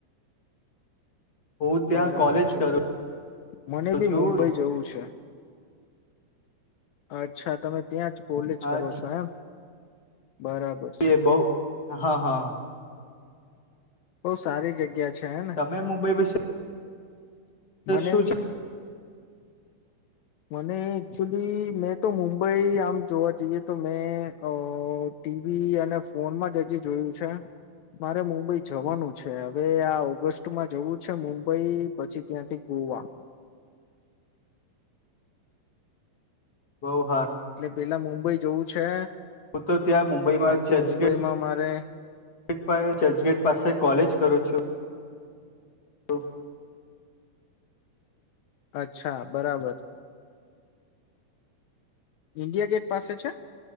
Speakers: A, on the left; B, on the left.
A: હું ત્યાં
B: બરાબર
A: કોલેજ
B: છે
A: કરું
B: બરાબર મને બી
A: છું
B: મુંબઈ જવું છે અચ્છા તમે ત્યાં જ કોલેજ
A: હા,
B: કરો છો એમ બરાબર છે
A: એ બહ હા હા
B: બહુ સારી જગ્યા છે હેને
A: તમે મુંબઈ વિશે
B: મને
A: શું
B: બ
A: જ
B: મને એકચુલી મેં તો મુંબઈ આમ જોવા જઈએ તો મેં અ ટીવી અને ફોનમાં જ હજી જોયું છે મારે મુંબઈ જવાનું છે હવે આ ઓગસ્ટમાં જવું છે મુંબઈ પછી ત્યાંથી ગોવા
A: બહ
B: એટલે પેલા મુંબઈ જવું છે
A: હું તો ત્યાં મુંબઈમાં
B: કારણ કે
A: ચર્ચગેટ
B: મુંબઈમાં મારે
A: <unintelligible> ચર્ચગેટ પાસે કોલેજ કરું છું. તો
B: અચ્છા બરાબર ઇન્ડિયા ગેટ પાસે છે.